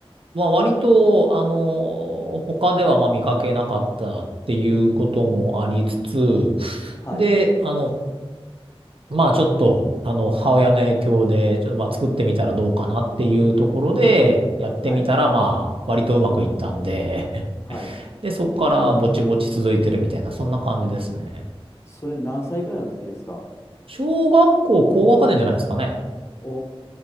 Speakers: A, on the right; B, on the left.
A: まあ割と、あの、他ではまあ見かけなかったっていうこともありつつ、
B: はい、
A: で、あの、まあちょっと、あの、母親の影響で、ちょっとまあ作ってみたらどうかなっていうところで、やってみたらまあ割とうまくいったんで、
B: はい、はい。
A: で、そこからぼちぼち続いてるみたいな、そんな感じですね。
B: それ何歳くらいの時ですか
A: 小学校高学年じゃないですかね。
B: お